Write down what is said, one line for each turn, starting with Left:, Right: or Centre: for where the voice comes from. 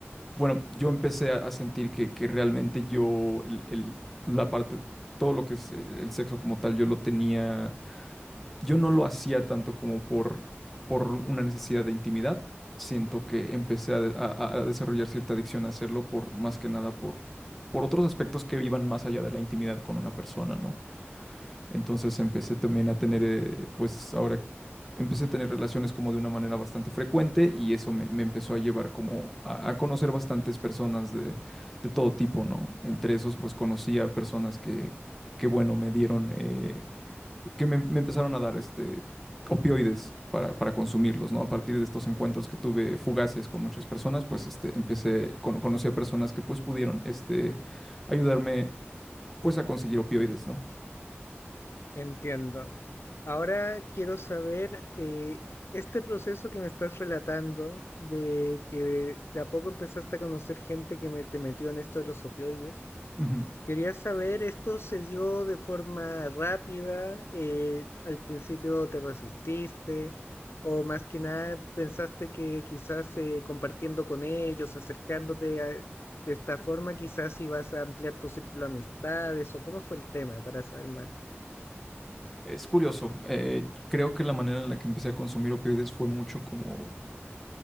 Centre: bueno, yo empecé a, a sentir que, que realmente yo, el- el- la parte, todo lo que es el, el sexo como tal, yo lo tenía yo no lo hacía tanto como por, por una necesidad de intimidad. Siento que empecé a, de- a- a desarrollar cierta adicción a hacerlo por más que nada por, por otros aspectos que iban más allá de la intimidad con una persona, ¿no? Entonces empecé también a tener, eh, pues ahora empecé a tener relaciones como de una manera bastante frecuente y eso me, me empezó a llevar como a, a conocer bastantes personas de, de todo tipo, ¿no? Entre esos, pues conocí a personas que, que bueno, me dieron, eh, que me, me empezaron a dar este, opioides para, para consumirlos, ¿no? A partir de estos encuentros que tuve fugaces con muchas personas, pues este, empecé, con- conocí a personas que pues pudieron este, ayudarme pues a conseguir opioides, ¿no?
Left: Entiendo. Ahora quiero saber, eh, este proceso que me estás relatando de que de a poco empezaste a conocer gente que me, te metió en esto de los opioides.
Centre: Ujú.
Left: Quería saber, ¿esto se dio de forma rápida? Eh, ¿al principio te resististe? ¿O más que nada pensaste que quizás eh, compartiendo con ellos, acercándote a- de esta forma, quizás ibas a ampliar tu círculo de amistades? ¿O cómo fue el tema para saber más?
Centre: Es curioso, eh, creo que la manera en la que empecé a consumir opioides fue mucho como